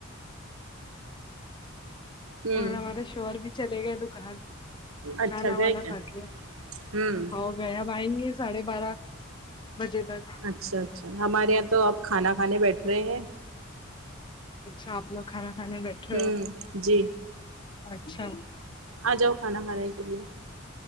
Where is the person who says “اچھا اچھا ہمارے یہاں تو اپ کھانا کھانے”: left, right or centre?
Right